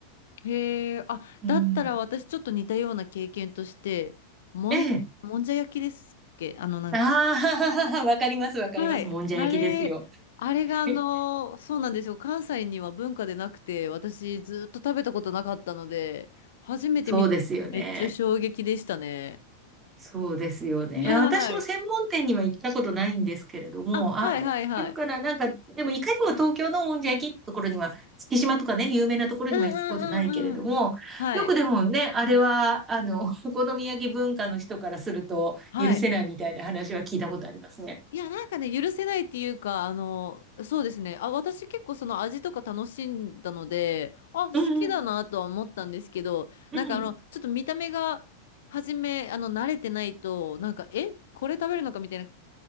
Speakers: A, on the left; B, on the right.
A: へえ、あ、
B: うん。
A: だったら私ちょっと似たような経験として、もんじゃ、
B: ええ。
A: もんじゃ焼きですっけあの、なんか、
B: ああ、<laughs> わかります、わかります。
A: はい。
B: もんじゃ焼きですよ。
A: あれ、あれがあの、
B: <laughs>
A: そうなんですよ。関西には文化でなくて、私ずっと食べたことなかったので、初めて見た。
B: そうですよね。
A: めっちゃ衝撃でしたね。
B: そうですよね。
A: はい。
B: いや私も専門店には行ったことないんですけれども、
A: あ、はいはいはい。
B: あ、あるかななんか、でもいかにも東京のもんじゃ焼きってところには、月島とかね、有名なところには行ったことないけれども、
A: うんうんうんうん。はい。
B: よくでもね、あれは、あの、<laughs> お好み焼き文化の人からすると許せないみたいな話は聞いたことありますね。
A: はい。いや、なんかね、許せないっていうか、あの、そうですね。あ、私結構その味とか楽しんだので、あ、好きだなとは思ったんですけど、
B: うん、うん。
A: なんかあの、ちょっと見た目が、はじめ、あの、慣れてないと、なんか、え、これ食べるのかみたい